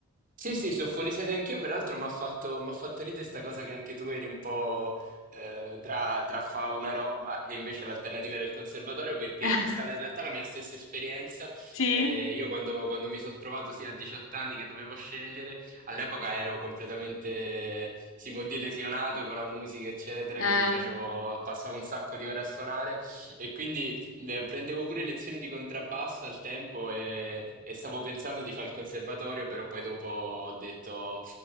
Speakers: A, on the right; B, on the left.
A: Sì, sì, sono fuori sede anch'io, peraltro mi ha fatto, m'ha fatto ridere sta cosa che anche tu eri un po' eh, tra, tra fa una roba e invece l'alternativa del conservatorio, perché
B: <laughs>
A: è stata in realtà la mia stessa esperienza.
B: Sì?
A: Eh, io quando, quando mi sono trovato sia a 18 anni che dovevo scegliere, all'epoca ero completamente, si può dire, lesionato con la musica, eccetera, quindi
B: Eh,
A: facevo, passavo un sacco di ore a suonare e quindi eh, Prendevo pure lezioni di contrabbasso al tempo e, e stavo pensando di fare il conservatorio, però poi dopo ho detto,